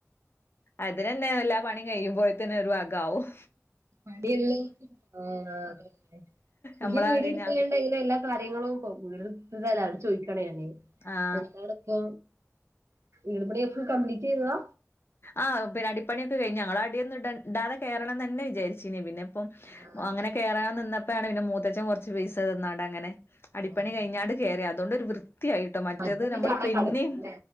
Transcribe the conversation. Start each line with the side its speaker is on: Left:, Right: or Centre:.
Left: അതിനന്നെ എല്ലാ പണിയും കഴിയുമ്പോയിത്തന്നെ ഒരു വകവും
Right: മടല്ല ആഹ് അഹ് പുതിയ
Left: നമ്മളെ
Right: വീര്ടുത്തണ്ട
Left: അടീന
Right: എല്ല കാര്യങ്ങളും ഇ വീട്തല്ല അവിടെ ചോദിക്കണേല്ലേ
Left: ആഹ്
Right: എന്താണ ഇപ് ഏഴ മണിയ ഫുൾ കംപ്ലീറ്റ് ചെയാ
Left: ആഹ് പിന്ന അടിപ്പണിയൊക്കെ കഴിഞ്ഞ ഞങ്ങൾ അടൊന്നും ഇടാതെ കയറണംന്ന് തന്നെ വിചാരിച്ചിനി പിന്ന അപ്പം
Right: ആഹ്
Left: അങ്ങനെ കയറാൻ നിന്നപ്പോണ് പിന്നെ മൂത്തച്ഛൻ കുറച്ച് പൈസ തന്നാണ്ട് അങ്ങനെ അടിപ്പണി
Right: അങ്ങനെ.
Left: കഴിഞ്ഞാട് കയറിയ അതുകൊണ്ട് ഒരു വൃത്തിയിട്ട കേട്ട മറ്റേത്
Right: മറ്റേ പിന്നെ
Left: നമ്മൾ
Right: അവിടെ
Left: പിന്നെയ
Right: കടക്കും